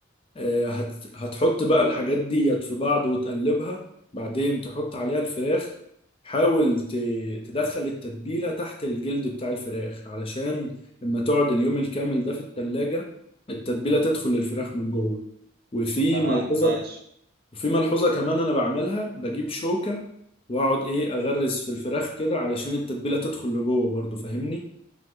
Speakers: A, on the left; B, on the right.
A: آه، هت... هتحط بقى الحاجات ديت في بعض وتقلبها بعدين تحط عليها الفراخ حاول ت... تدخل التتبيلة تحت الجلد بتاع الفراخ علشان لما تقعد اليوم الكامل ده في التلاجة التتبيلة تدخل للفراخ من جوه وفي
B: تمام
A: ملحوظة
B: ماشي
A: وفي ملحوظة كمان أنا بعملها بجيب شوكة وأقعد إيه
B: مم.
A: أغرز في الفراخ كده علشان التتبيلة تدخل لجوه برضو فاهمني؟